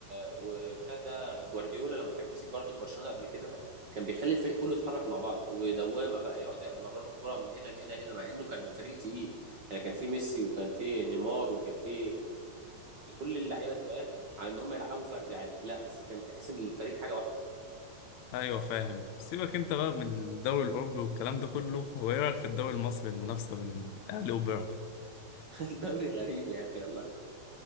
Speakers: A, on the right (about 65°); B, on the left (about 75°).
A: وبتاع ده جوارديولا لما كان مسك برضه برشلونه قبل كده كان بيخلي الفريق كله يتحرك مع بعض ودوامه بقى يقعدوا يمرروا الكره من هنا لهنا هنا مع انه كان فريق تقيل يعني كان في ميسي وكان في نيمار وكان في كل اللعيبه التقال على ان هم يلعبوا فردي عادي لا بس كان تحس ان الفريق حاجه واحده
B: ايوه فاهم سيبك انت بقى من الدوري الاوروبي والكلام ده كله وايه رايك في الدوري المصري المنافسه بين الاهلي وبيراميدز
A: <laughs> الدوري غريب يا اخي والله